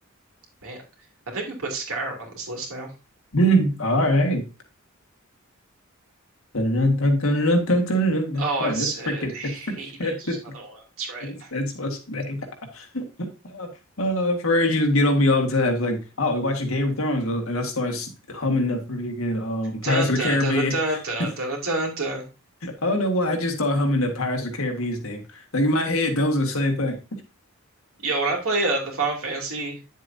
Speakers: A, on the right; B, on the left.
A: man, I think we put Skyrim on this list now.
B: Mm, all right. Dun, dun, dun, dun, dun, dun, dun, dun, dun.
A: Oh,
B: Wait
A: I
B: a minute,
A: said
B: that's freaking, that's freaking,
A: Hades
B: <laughs>
A: was another one. That's right.
B: that's, that's what's the name. <laughs> Uh, uh, for ages, you get on me all the time. It's like, oh, we watching Game of Thrones, uh, and I start s- humming the freaking um Pirates
A: Dun
B: of the
A: dun
B: Caribbean.
A: dun dun
B: <laughs>
A: dun
B: I
A: dun dun dun. dun.
B: don't know why. I just started humming the Pirates of the Caribbean theme. Like in my head, those are the same thing.
A: Yo, when I play uh, the Final Fantasy